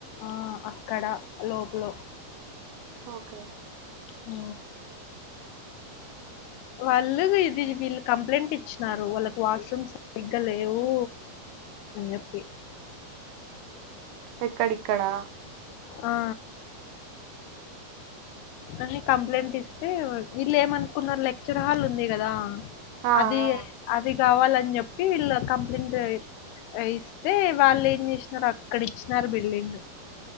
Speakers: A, on the left; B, on the right.
A: ఆ అక్కడ లోపల
B: ఓకే
A: హ్ వాళ్ళు ఇది వీళ్ళు కంప్లైంట్ ఇచ్చినారు వాళ్ళకి వాష్రూమ్స్ సరీగ్గ లేవు అ జేప్పి
B: ఎక్కడిక్కడా
A: ఆ అని కంప్లైంట్ ఇస్తే వీళ్ళు ఏమనుకున్నారు. లెక్చర్ హాల్ ఉంది కదా
B: ఆ
A: అది
B: ఆ
A: అది కావాలని చెప్పి వీళ్ళు కంప్లైంట్ ఇస్తే వాళ్ళు ఏం చేసినారు అక్కడ ఇచ్చినారు బిల్డింగ్